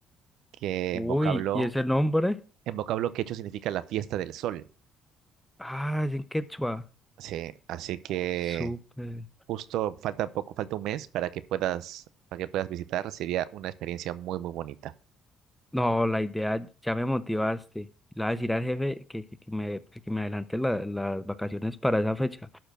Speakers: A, on the right (about 75°); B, in the centre.
A: que
B: Uy,
A: en vocablo,
B: ¿y ese nombre?
A: en vocablo quechua significa la fiesta del sol.
B: Ah, es en quechua.
A: Sí, así que
B: Súper.
A: Justo falta poco, falta un mes para que puedas, para que puedas visitar. Sería una experiencia muy, muy bonita.
B: No, la idea ya me motivaste. Le voy a decir al jefe que, que, que me, que que me adelante la- las vacaciones para esa fecha.